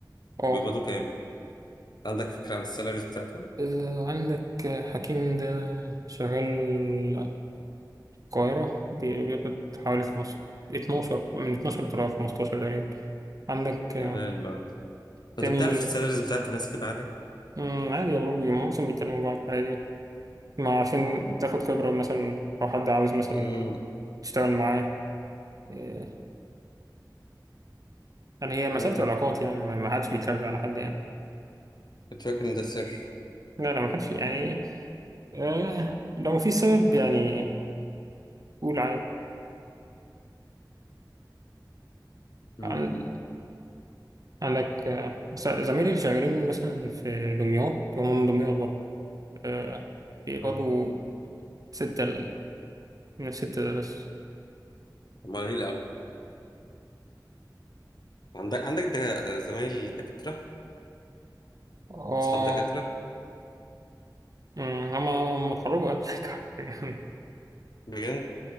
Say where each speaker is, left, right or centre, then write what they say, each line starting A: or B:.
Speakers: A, on the right; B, on the left.
A: اه
B: بيقبضوا كام عندك فكرة عن السالاريز بتاعتهم
A: آه، عندك حكيم ده شغال القاهرة بي- بيقبض حوالي خمس اتناشر من اتناشر لطلع خمستاشر تقريبا عندك
B: يا
A: آه،
B: لا البرد انت
A: تاني
B: بتعرف السالاريز بتاعت الناس كده عادي
A: مم، عادي يا أوروبي معظم بيتكلموا بعض عادي ما عشان تاخد خبرة مثلا لو حد عاوز مثلا
B: مم.
A: تشتغل معاه آه، يعني هي مسألة
B: مم.
A: علاقات يعني ما ما حدش بيكذب على حد يعني
B: كنت فاكر ان ده سر
A: لا لا ما حدش يعني آه، لو مفيش سبب يعني قول
B: مم.
A: عادي عندك آه، بس زمايلي اللي شغالين مثلا في دمياط وهم من دمياط برضه آه، بيقبضوا
B: مم.
A: ستة ال- من الستة ده بس
B: امال ايه الاول عندك عندك ده زمايل دكاترة
A: اه
B: اصحاب دكاترة
A: مم، هما هما اتخرجوا قبلك <laughs>
B: بجد